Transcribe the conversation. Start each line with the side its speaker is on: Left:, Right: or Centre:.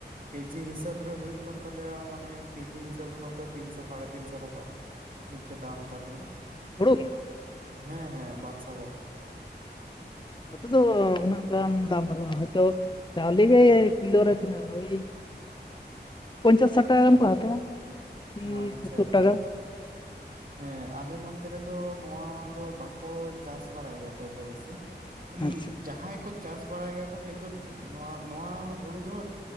Right: ᱠᱮᱡᱤ ᱦᱤᱥᱟᱹᱵᱽ ᱨᱮ ᱦᱩᱭᱩᱜ ᱠᱟᱱ ᱛᱟᱞᱮᱭᱟ ᱢᱟᱱᱮ ᱠᱮᱡᱤ ᱦᱤᱥᱟᱹᱵ ᱨᱮ ᱱᱚᱛᱮ ᱛᱤᱱ ᱥᱚ ᱥᱟᱲᱮ ᱛᱤᱱ ᱥᱚ ᱴᱟᱠᱟ᱾ ᱱᱤᱝᱠᱟᱹ ᱫᱟᱢ ᱛᱟᱞᱮᱭᱟ᱾
Left: ᱦᱩᱲᱩ ᱜᱮ?
Right: ᱦᱮᱸ ᱦᱮᱸ, ᱵᱟᱫᱥᱟ ᱵᱷᱚᱜᱽ᱾
Left: ᱱᱚᱛᱮ ᱫᱚ ᱩᱱᱟ. ᱜ ᱜᱟᱱ ᱫᱟᱢ ᱵᱟᱹᱱᱩᱜ-ᱟ, ᱦᱳᱭᱛᱚ ᱪᱟᱣᱞᱮ ᱜᱮ ᱠᱤᱞᱳ ᱨᱮ ᱛᱤᱱᱟ. ᱜ? ᱳᱭ ᱯᱚᱧᱪᱟᱥ ᱥᱟᱴ ᱴᱟᱠᱟ ᱜᱟᱱ ᱠᱚ ᱦᱟᱛᱟᱣᱟ, ᱩᱸᱻ
Right: ᱟᱪᱪᱷᱟ
Left: ᱥᱳᱛᱛᱳᱚᱨ
Right: ᱟᱪᱪᱷᱟ
Left: ᱴᱟᱠᱟ᱾
Right: ᱟᱪᱪᱷᱟ ᱦᱮᱸ ᱟᱞᱮ ᱱᱚᱱᱛᱮ ᱨᱮᱫᱚ ᱱᱚᱣᱟ ᱫᱚ ᱵᱟᱠᱚ ᱪᱟᱥ ᱵᱟᱲᱟᱭ ᱜᱮᱭᱟ ᱠᱚ ᱮᱛᱚ ᱵᱮᱥᱤ᱾ ᱩᱸᱜ,
Left: ᱟᱪᱪᱷᱟ
Right: ᱡᱟᱦᱟᱸᱭ ᱠᱚ ᱪᱟᱥ ᱵᱟᱲᱟᱭ ᱜᱮᱭᱟᱠᱚ ᱠᱤᱱᱛᱩ ᱱᱚᱣᱟ, ᱱᱚᱣᱟ ᱦᱩᱲᱩ ᱫᱚ